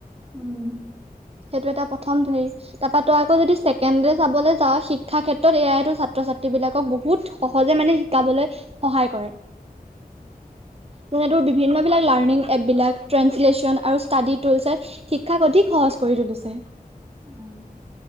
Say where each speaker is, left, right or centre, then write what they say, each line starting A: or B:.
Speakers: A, on the right; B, on the right.
A: উম।
B: সেইটো এটা প্ৰথম ধৰি তাৰপা তই আকৌ যদি ছেকেণ্ড চাবলৈ যাওঁ শিক্ষাৰ ক্ষেত্ৰত এ আইটো চা ছাত্ৰ ছাত্ৰীবিলাকক বহুত সহজে মানে শিকাবলৈ সহায় কৰে।
A: <unintelligible>
B: <unintelligible> বিভিন্নবিলাক লাৰ্ণিং এপবিলাক, ট্ৰেঞ্চলেচন আৰু ষ্টাডি টুলচে শিক্ষাক অধিক সহজ কৰি তুলিছে।
A: উম।